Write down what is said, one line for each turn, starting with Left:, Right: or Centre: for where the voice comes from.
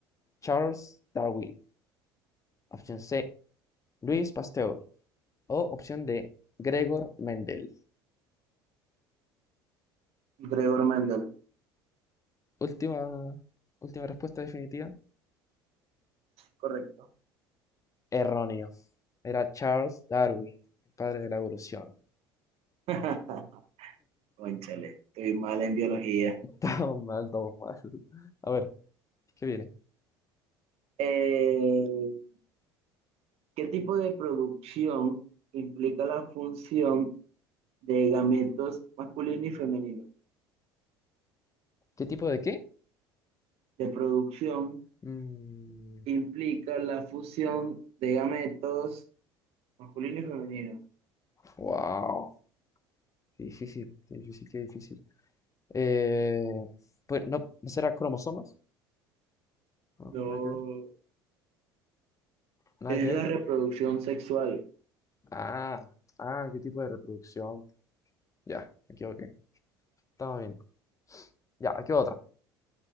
Left: Charles Darwin. Opción C, Luis Pasteur. O opción D, Gregor Mendel.
Right: Gregor Mendel,
Left: Última, última respuesta definitiva.
Right: correcto.
Left: Erróneo. Era Charles Darwin, el padre de la evolución.
Right: <laughs> Cónchale, estoy mal en biología.
Left: <laughs> Todo mal, todo mal. A ver, ¿qué viene?
Right: Eh, ¿qué tipo de producción implica la función de gametos masculino y femenino.
Left: ¿Qué tipo de qué?
Right: De producción
Left: Mm,
Right: implica la fusión de gametos masculino y femenino.
Left: wow. Qué difícil, qué difícil, qué difícil. Eh, pues no, ¿no será cromosomas? No,
Right: No,
Left: nada que ver. Nada
Right: es
Left: que ver.
Right: la reproducción sexual.
Left: Ah, ah, qué tipo de reproducción. Ya, me equivoqué. Estamos bien. Ya, aquí va otra.